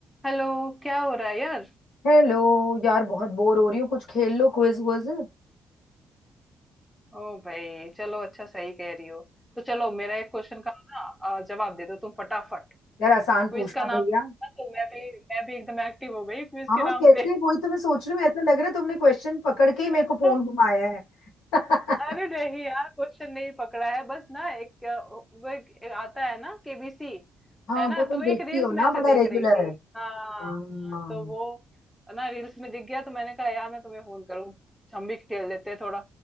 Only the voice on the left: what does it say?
Hello यार बहुत bore हो रही हूँ कुछ खेल लो क्विज वुइज यार
यार आसान
पूछना
भैया
हाँ
कैसे
वही तो मैं सोच रही हूँ ऐसा लग रहा है तुमने क्वेश्चन पकड़ के ही मेरे
को फोन घुमाया है <laughs>
हाँ
वो तुम
देखती
हो ना
बड़ा
रेगुलर
हाँ
हाँ